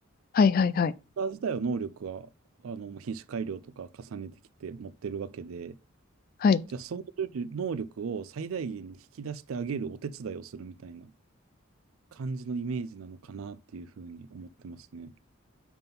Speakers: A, on the left; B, on the right.
A: はいはいはい。
B: 豚自体は能力は、あの、品種改良とか重ねてきて持ってるわけで、
A: はい。
B: じゃあその能力を最大限に引き出してあげるお手伝いをするみたいな感じのイメージなのかなっていうふうに思ってますね。